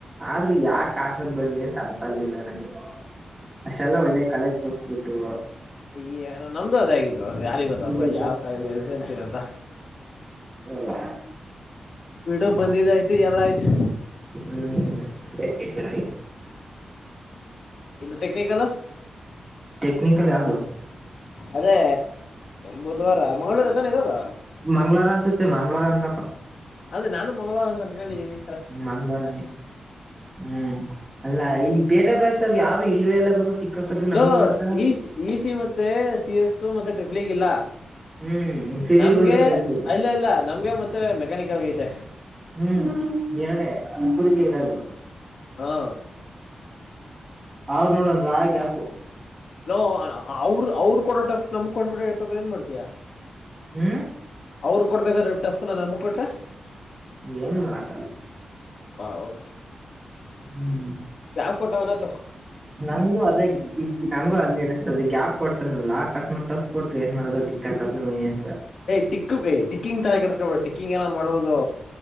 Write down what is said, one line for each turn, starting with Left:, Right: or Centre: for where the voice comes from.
Right: ಆದ್ರೂ ಯಾಕ ಕಾಸ್ಮಕ್ ಬಂದಿ ಅಂತ ಅರ್ಥ ಆಗ್ಲಿಲ್ಲ ನನಗೆ. ಅಷ್ಟೆಲ್ಲ ಒಳ್ಳೆ ಕಾಲೇಜ್ ಬಕ್ಬಟ್ಟು.
Left: ಈಏನ ನಮ್ದು ಅದ ಆಗಿದ್ದು ಯಾರಿ ಗೊತ್ತಪ್ಪ
Right: ವಿಲೇಜ್
Left: ಯಾವ
Right: ಬಂದ್
Left: ಕರಲಿ ಎಲ್ಲಿ ಸೇರ್ತೀವಿ ಅಂತ.
Right: ಲ್ಲ.
Left: ಬಿಡು ಬಂದಿದ್ದ ಆಯ್ತು ಎಲ್ಲ ಆಯ್ತು.
Right: ಹ್ಮ್ ಬೇಕಿತ್ತು ನನಗೆ
Left: ಟೆಕ್ನಿಕಲ್.
Right: ಟೆಕ್ನಿಕಲ್ ಯಾವುದು.
Left: ಅದೇ ಬುಧವಾರ ಮಂಗಳೂರು ಎತ್ತಾನೆ ಇರೋದ.
Right: ಮಂಗ್ಳವಾರ ಅನ್ಸುತ್ತೆ ಮಂಗ್ಳವಾರ ಅಂದ್ರಪ್ಪ
Left: ಅದೆ ನಾನು ಮಂಗಳಾರ ಅಂತ ಕ ಹೇಳೇಳಿದ್ದಿನಿ.
Right: ಹ್ಮ ಮಂಗ್ಳೂರನೇ ಹ್ಮ್ ಅಲ್ಲ ಐ ಬೇರೆ ಬರ್ರಿಗೆ ಯಾರು ಇಲ್ಲ ಎಲ್ಲ ಗುರು. ತಿಕ್ಕಾಕದು ನಮಗ್
Left: ಲೋ
Right: ಮಾತ್ರ
Left: ಈ ಇ ಸಿ ಮತ್ತೆ ಸಿ ಎಸ್ ಮತ್ತೆ ಟ್ರಿಪ್ಲ್ ಈಗ ಇಲ್ಲ.
Right: ಹ್ಮ್ ಸಿವಿಲ್
Left: ನಮ್ಗೆ
Right: ಒಂದು ಕೈತೇವೆ
Left: ಇಲ್ಲ ಇಲ್ಲ ನಮ್ಗೆ ಮತ್ತೆ ಮೆಕ್ಯಾನಿಕಲ್ಗ ಐತೆ.
Right: ಹ್ಮ್ ಎರಡೆ ಪುರ್ರಿಗೆ ಇರದು.
Left: ಹಾ.
Right: ಅವ್ ನೋಡ ಒಂದು ವಾರ ಗ್ಯಾಪು.
Left: ನೋ ಅವರು ಅವ್ರು ಕೊಡೋಟ್ ನಮ್ ಕೊಡ್ಬಿಟ ಯಪಬ್ರು ಏನ್ ಮಾಡ್ತಯಾ.
Right: ಹ್ಮ.
Left: ಅವ್ರು ಕೊಡ್ಬೇಕಾದ್ರೆ ಟಿಫ್ ನಮ್ಮ್ಗೆ ಕೊಟ್ರೆ.
Right: ಏನು ಮಾಡಕ್ಕಲ್ಲ.
Left: ಹ ಹೌದು
Right: ಹೂ
Left: ಯಾವ್ ಕೊಟ್ಟವರ.
Right: ನಂಗು ಅದೇ ನಂಗು ಅಂಗನಷ್ಟತ ಗ್ಯಾಪ್ ಕೊಟ್ಟನಲ್ಲ ಅಕಸ್ಮತ್ ಟಫ್ ಕೊಟ್ಟ್ರ ಏನ್ ಮಾಡೋದು ಡಿಕ್ಕ ಕರ್ ಅಂತ.
Left: ಯ್ ಟಿಕ್ೈ ಟಿಕ್ಕಿಂಗ್ ತಾನ ಕೆಡಿಸಸ್ಕೊಬೇು ಟಿಕ್ಕಿಂಗ್ ಏನನ್ ಮಾಡಬಹುದು.